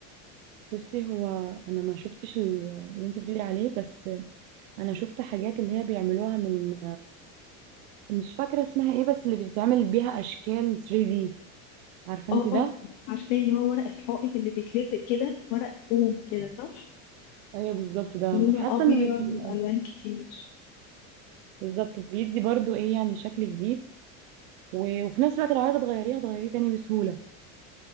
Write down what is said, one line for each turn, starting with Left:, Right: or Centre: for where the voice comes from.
Right: بصي هو انا ما شفتش ال- اللي انت بتقولي عليه بس انا شفت حاجات اللي هي بيعملوها من مش فاكره اسمها ايه بس اللي بتتعمل بيها اشكال 3D عارفه
Left: اه
Right: انت ده
Left: اه عارفة اللي هو ورق الحائط اللي بيتلزق كده ورق فوم كده صح
Right: ايوه بالظبط ده
Left: لونه
Right: حاسه
Left: ابيض
Right: انه هيكون ألطف.
Left: والوان كتير
Right: بالظبط بيدي برضو ايه يعني شكل جديد و- وفي نفس الوقت لو عايزه تغيريه هتغيريه تاني بسهوله